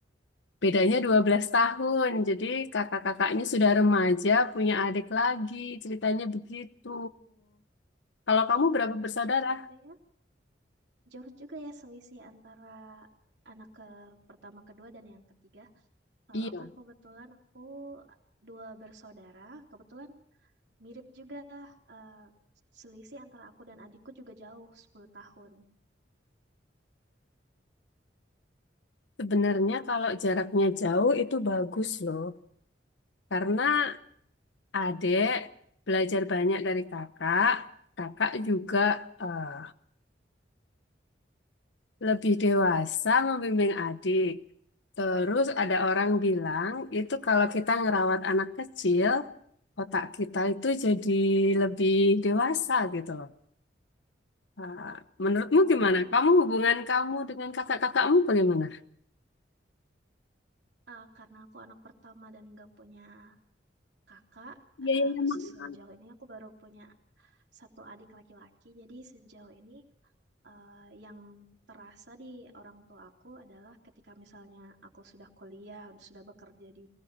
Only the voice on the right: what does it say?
jauh juga ya. Jauh juga ya selisih antara anak ke pertama, kedua, dan yang ketiga. Kalau
aku kebetulan aku dua bersaudara. Kebetulan Mirip juga eh, selisih antara aku dan adikku juga jauh 10 tahun.
Oh,
eh, karena aku anak pertama dan nggak punya kakak,
eh,
sejauh ini aku baru punya satu adik laki-laki. Jadi sejauh ini eh, yang terasa di orang tua aku adalah ketika misalnya aku sudah kuliah, sudah bekerja di